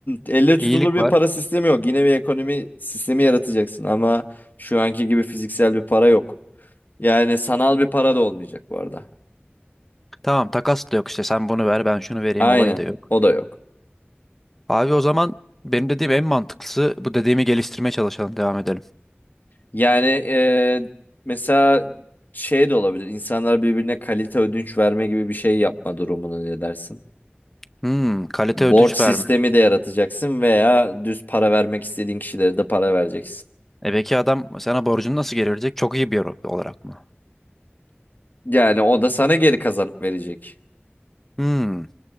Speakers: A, on the left; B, in the centre.
A: elle tutulur
B: İyilik
A: bir
B: var.
A: para sistemi yok. Yine bir ekonomi sistemi yaratacaksın ama şu anki gibi fiziksel bir para yok. Yani sanal bir para da olmayacak bu arada.
B: Tamam, takas da yok işte. Sen bunu ver, ben şunu vereyim
A: Aynen.
B: olayı da yok.
A: O da yok.
B: Abi o zaman benim dediğim en mantıklısı bu dediğimi geliştirmeye çalışalım, devam edelim.
A: Yani e, mesela şey de olabilir. İnsanlar birbirine kalite ödünç verme gibi bir şey yapma durumunu ne dersin?
B: Hmm, kalite
A: Borç
B: ödünç
A: sistemi
B: verme.
A: de yaratacaksın veya düz para vermek istediğin kişilere de para vereceksin.
B: E peki adam sana borcunu nasıl geri verecek? Çok iyi bir yer olarak mı?
A: Yani o da sana geri kazanıp verecek.
B: Hmm.